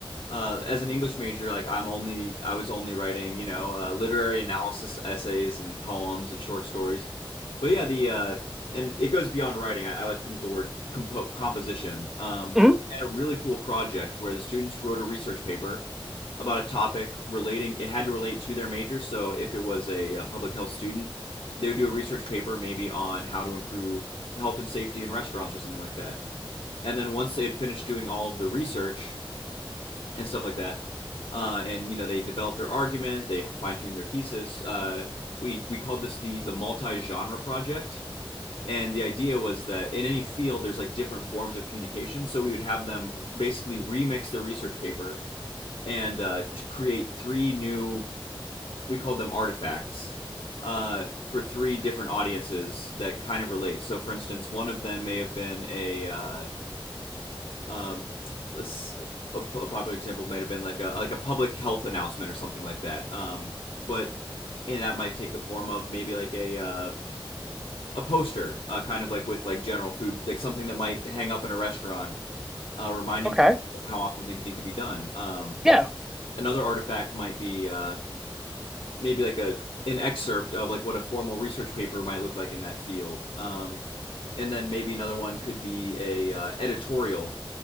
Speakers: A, on the left; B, in the centre.
A: uh, as an English major, like I'm only I was only writing, you know, uh, literary analysis essays and poems and short stories. But yeah, the uh, and it goes beyond writing. I, I like to think of the word compo- composition. Um,
B: Mhm.
A: I had a really cool project where the students wrote a research paper about a topic relating. It had to relate to their major. So if it was a, uh public health student, they would do a research paper maybe on how to improve health and safety in restaurants or something like that. And then once they had finished doing all of the research, and stuff like that. Uh, and you know they develop their argument, they fine tune their thesis. Uh, we we called this the the multi genre project, and the idea was that in any field there's like different forms of communication. So we would have them basically remix their research paper and uh, to create three new we called them artifacts uh, for three different audiences that kind of relate. So for instance, one of them may have been a uh, um, let's a, a popular example might have been like a like a public health announcement or something like that. Um, but and that might take the form of maybe like a uh, a poster, uh, kind of like with like general food, like something that might hang up in a restaurant, uh, reminding
B: Okay.
A: people how often things need to be done. Um,
B: Yeah.
A: another artifact might be uh, maybe like a an excerpt of like what a formal research paper might look like in that field. Um, and then maybe another one could be a uh, editorial